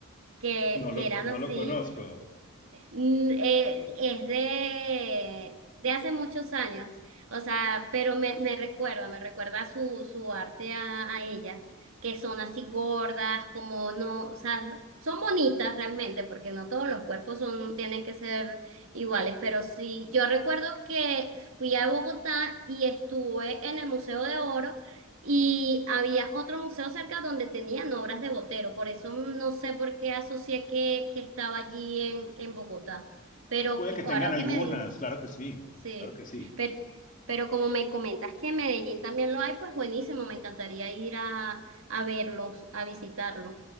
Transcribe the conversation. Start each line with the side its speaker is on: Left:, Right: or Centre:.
Right: que,
Left: No lo,
Right: que eran
Left: no
Right: así,
Left: lo conozco.
Right: Mm, eh, es de, de hace muchos años, o sea, pero me, me recuerda, me recuerda su, su arte a, a ellas, que son así gordas, como no, o sea, son bonitas realmente, porque no todos los cuerpos son, tienen que ser iguales, pero sí, yo recuerdo que fui a Bogotá y estuve en el Museo de Oro y había otro museo cerca donde tenían obras de Botero, por eso no sé por qué asocié que, que estaba allí en, en Bogotá. Pero
Left: Puede
Right: que-
Left: que
Right: ahora
Left: tengan algunas,
Right: que me di-
Left: claro que sí,
Right: sí,
Left: claro que sí,
Right: pero, pero como me comentas que en Medellín también lo hay, pues buenísimo, me encantaría ir a, a verlos, a visitarlos.